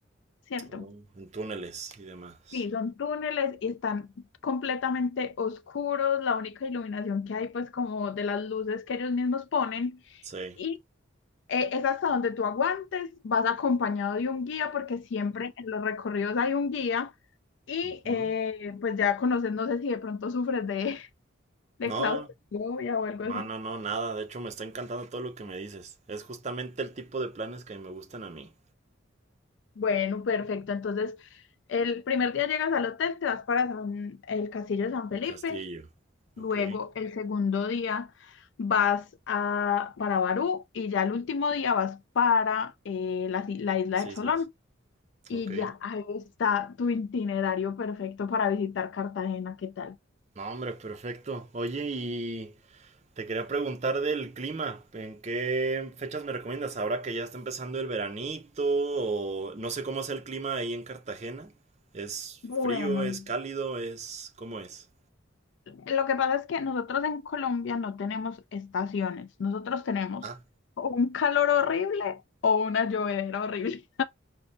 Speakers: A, on the left; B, on the right.
A: ¿cierto?
B: Oh, en túneles y demás.
A: Sí, son túneles y están completamente oscuros, la única iluminación que hay pues como de las luces que ellos mismos ponen.
B: Sí.
A: Y eh, es hasta donde tú aguantes, vas acompañado de un guía, porque siempre en los recorridos hay un guía, y
B: Ujú.
A: eh, pues ya conoces, no sé si de pronto sufres de, de
B: No,
A: claustrofobia o algo
B: no,
A: así.
B: no, no, nada. De hecho, me está encantando todo lo que me dices. Es justamente el tipo de planes que me gustan a mí.
A: Bueno, perfecto. Entonces, el primer día llegas al hotel, te vas para San- el Castillo de San
B: El
A: Felipe,
B: castillo. Ok.
A: luego el segundo día vas a, para Barú y ya el último día vas para eh, la, si- la isla
B: Las
A: de
B: islas.
A: Cholón. Y
B: Ok.
A: ya, ahí está tu itinerario perfecto para visitar Cartagena, ¿qué tal?
B: No, hombre, perfecto. Oye, y Te quería preguntar del clima, ¿en qué fechas me recomiendas? Ahora que ya está empezando el veranito, o no sé cómo es el clima ahí en Cartagena. ¿Es
A: Bueno,
B: frío, es cálido, es... ¿Cómo es?
A: Lo que pasa es que nosotros en Colombia no tenemos estaciones, nosotros tenemos
B: Ah,
A: o un calor horrible o una llovedera horrible.